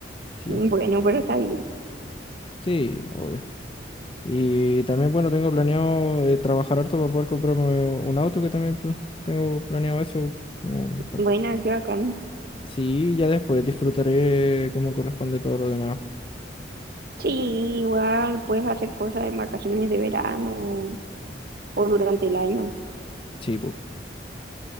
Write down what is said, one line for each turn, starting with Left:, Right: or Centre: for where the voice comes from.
Left: Sí,
Right: Bueno, pero está bien.
Left: sí, obvio. Y también, bueno, tengo planeado eh, trabajar harto para poder comprarme un auto, que también pl- tengo planeado eso. como-
Right: buena qué bacán.
Left: Sí, ya después disfrutaré como corresponde todo lo demás.
Right: Sí, igual puedes hacer cosas en vacaciones de verano o durante el año.
Left: Sí, pues.